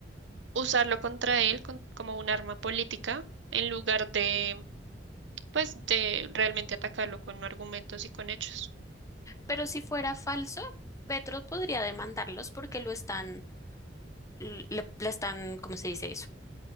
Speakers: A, on the right; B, on the left.
A: usarlo contra él con- como un arma política en lugar de, pues, de realmente atacarlo con argumentos y con hechos,
B: Pero si fuera falso, Petro podría demandarlos porque lo están, le, le están, ¿cómo se dice?